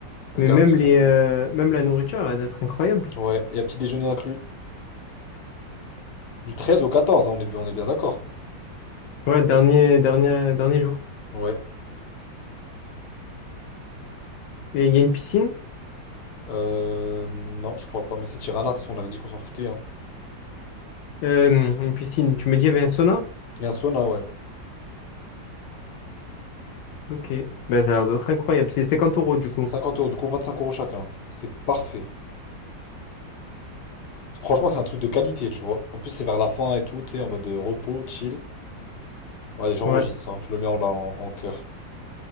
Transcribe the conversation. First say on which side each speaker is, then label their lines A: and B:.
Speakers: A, on the left; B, on the left.
A: Regarde,
B: Mais même
A: je t'envoie.
B: les, euh, même la nourriture, elle va être incroyable.
A: Ouais, il y a petit déjeuner inclus. Du 13 au 14, hein, on est, bien- on est bien d'accord.
B: Ouais, dernier, dernier, dernier jour.
A: Ouais.
B: Et il y a une piscine.
A: Euh, non, je crois pas, mais c'est Tirana, de toute façon, on avait dit qu'on s'en foutait, hein.
B: Euh, une piscine. Tu me dis, il y avait un sauna?
A: Et un sauna, ouais.
B: Ok. Ben, ça a l'air d'être incroyable. C'est cinquante euros, du coup.
A: 50 euros, du coup, 25 euros chacun. C'est parfait. Franchement, c'est un truc de qualité, tu vois. En plus, c'est vers la fin et tout, tu sais, en mode euh, repos, chill. Ouais, j'enregistre,
B: Ouais.
A: hein. Je le mets en, là, en, en cœur.